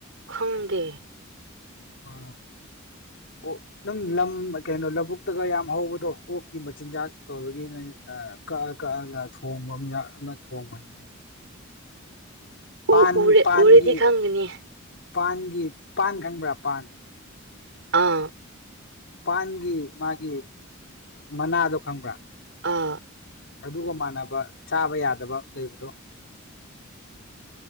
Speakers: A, on the right; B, on the left.
A: ꯈꯪꯗꯦ
B: ꯑ ꯑꯣ ꯑꯗꯨꯝ ꯂꯝ ꯀꯩꯅꯣ ꯂꯧꯕꯨꯛꯇꯒ ꯌꯥꯝ ꯍꯧꯕꯗꯣ ꯑꯣꯛꯀꯤ ꯃꯆꯤꯟꯖꯥꯛ ꯇꯧꯔꯒꯤ ꯑ ꯀꯛꯑ ꯀꯛꯑꯒ ꯊꯣꯡꯕ ꯃ ꯑꯃ ꯊꯣꯡꯕꯅꯤꯅꯦ ꯄꯥꯟ
A: ꯎ ꯎꯔꯦ
B: ꯄꯥꯟꯒꯤ
A: ꯎꯔꯗꯤ ꯈꯪꯒꯅꯤ
B: ꯄꯥꯟꯒꯤ ꯄꯥꯟ ꯈꯪꯕ꯭ꯔꯥ ꯄꯥꯟ
A: ꯑꯥ
B: ꯄꯥꯟꯒꯤ ꯃꯥꯒꯤ ꯃꯅꯥꯗꯣ ꯈꯪꯕ꯭ꯔꯥ
A: ꯑꯥ
B: ꯑꯗꯨꯒ ꯃꯥꯟꯅꯕ ꯆꯥꯕ ꯌꯥꯗꯕ ꯂꯩꯕꯗꯣ